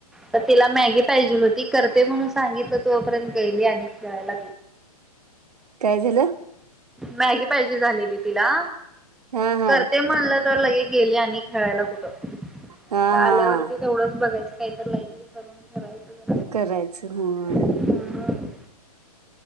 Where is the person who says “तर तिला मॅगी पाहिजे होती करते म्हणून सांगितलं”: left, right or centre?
Centre